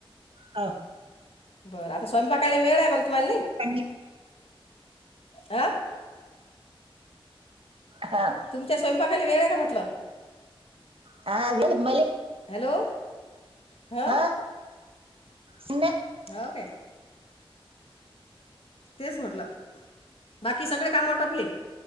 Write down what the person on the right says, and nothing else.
हा
खूप चांगली.
हा
हा म
हा सने